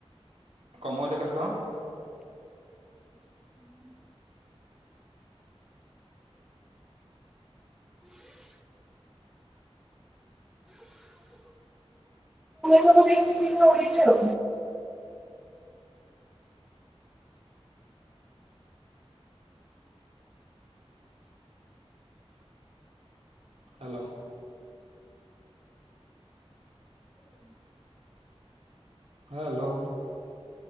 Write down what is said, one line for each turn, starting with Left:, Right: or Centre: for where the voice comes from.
Right: କମଉଛ କେତେ ଟଙ୍କା?
Centre: ସବୁ ଦେଖିକି ମୁଁ ଉଡେଇବି ଆଉ।
Right: ହାଲୋ। ହାଲୋ।